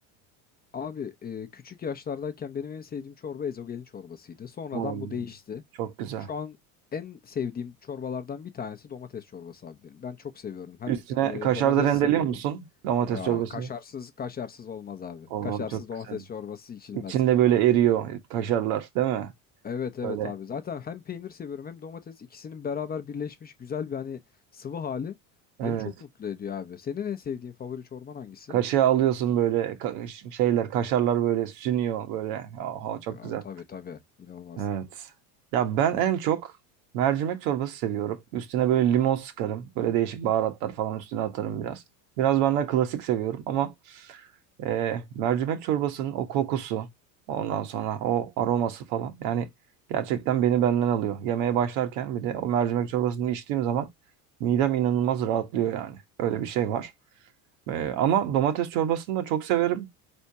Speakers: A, on the left (about 25°); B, on the right (about 75°).
A: Abi e, küçük yaşlardayken benim en sevdiğim çorba ezogelin çorbasıydı. Sonradan
B: Oo,
A: bu değişti.
B: çok güzel.
A: Şu an en sevdiğim çorbalardan bir tanesi domates çorbası abi benim. Ben çok seviyorum. Hem
B: Üstüne kaşar
A: e, domatesi
B: da rendeliyor
A: seviyorum.
B: musun domates
A: Aa,
B: çorbasını?
A: kaşarsız kaşarsız olmaz abi.
B: Oo,
A: Kaşarsız
B: çok
A: domates
B: güzel.
A: çorbası içilmez.
B: İçinde böyle eriyor kaşarlar değil mi?
A: Evet evet
B: Böyle
A: abi. Zaten hem peynir seviyorum hem domates ikisinin beraber birleşmiş güzel bir hani sıvı hali
B: evet.
A: beni çok mutlu ediyor abi. Senin en sevdiğin favori çorban hangisi?
B: Kaşığı alıyorsun böyle ka- şeyler kaşarlar böyle sünüyor böyle. Oha, çok
A: Aa,
B: güzel.
A: tabii tabii. İnanılmaz.
B: Evet. Ya ben en çok mercimek çorbası seviyorum. Üstüne böyle limon sıkarım. Böyle değişik baharatlar falan üstüne atarım biraz. Biraz ben daha klasik seviyorum ama e, mercimek çorbasının o kokusu, ondan sonra o aroması falan. Yani gerçekten beni benden alıyor. Yemeğe başlarken bir de o mercimek çorbasını içtiğim zaman midem inanılmaz rahatlıyor yani. Öyle bir şey var. E, ama domates çorbasını da çok severim.